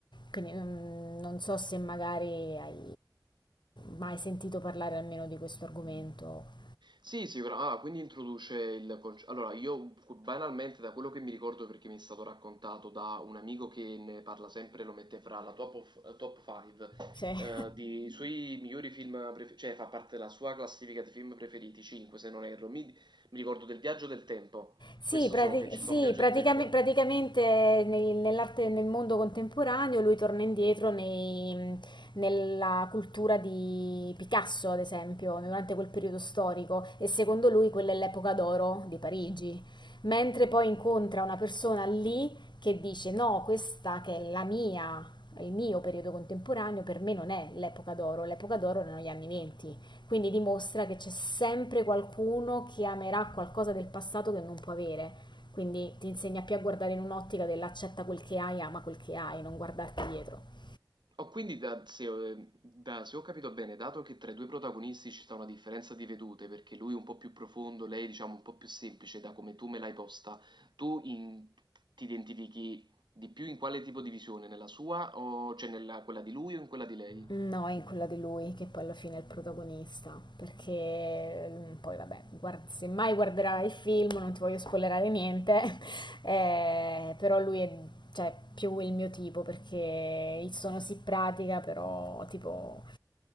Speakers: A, on the left; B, on the right.
A: Quindi, mm, non so se magari hai mai sentito parlare almeno di questo argomento.
B: Sì, sicura ah, quindi introduce il conce allora io cu banalmente da quello che mi ricordo perché mi è stato raccontato da un amico che ne parla sempre, lo mette fra la top of eh, top 5,
A: Cioè,
B: ehm, dei suoi migliori film pref cioè fa parte della sua classifica di film preferiti, 5 se non erro. Mi mi ricordo del Viaggio del tempo,
A: Sì,
B: questo
A: prati-
B: so che ci
A: sì,
B: sta un viaggio
A: praticam-
B: del tempo
A: praticamente nei- nell'arte, nel mondo contemporaneo lui torna indietro nei- nella cultura di Picasso, ad esempio, durante quel periodo storico e secondo lui quella è l'epoca d'oro di Parigi. Mentre poi incontra una persona lì che dice no, questa che è la mia, il mio periodo contemporaneo, per me non è l'epoca d'oro, l'epoca d'oro erano gli anni 20. Quindi dimostra che c'è sempre qualcuno che amerà qualcosa del passato che non può avere. Quindi ti insegna più a guardare in un'ottica dell'accetta quel che hai, ama quel che hai, non guardarti dietro.
B: Oh, quindi da, se, ho da- se ho capito bene, dato che tra i due protagonisti ci sta una differenza di vedute, perché lui è un po' più profondo, lei diciamo un po' più semplice, da come tu me l'hai posta, tu in- ti identifichi di più in quale tipo di visione? Nella sua, o, cioè nella quella di lui o in quella di lei?
A: No, è quella di lui che poi alla fine è il protagonista, perché mm, poi vabbè, guard- se mai guarderai il film, non ti voglio spoilerare niente, <laughs> eh, però lui è cioè, più il mio tipo, perché il sono si pratica, però tipo